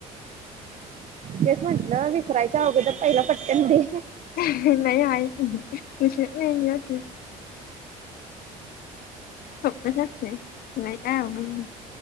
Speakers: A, on the right; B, on the left.
A: तेस म्हंटलं विसरायचं अवघं तर पहिलं पटक्यान ते
B: नाही आय क नाही खपसचला काय अघल